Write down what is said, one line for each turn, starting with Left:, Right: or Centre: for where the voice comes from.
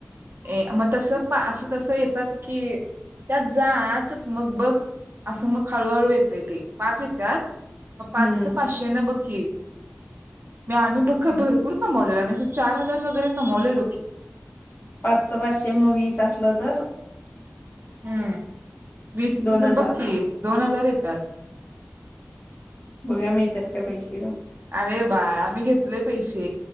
Right: ए मग तस असं तसं येतात की? त्यात जात मग बघ. असं मग हळूहळू येतय ते. पाच येत्यात पाच
Left: हम्म
Right: चं पाचशे न बघ क म आम्ही ब भरपूर कमवलेलो. आम्ही अस चार हजार वगैरे कमवलेलो की.
Left: पाच चं पाचशे मग वीस असलं तर
Right: हम्म. वीस
Left: दोन हजार
Right: बघ की दोन हजार देतात.
Left: बघुया मिळतात का पैसे?
Right: अरे बाळ आम्ही घेतलय पैसे.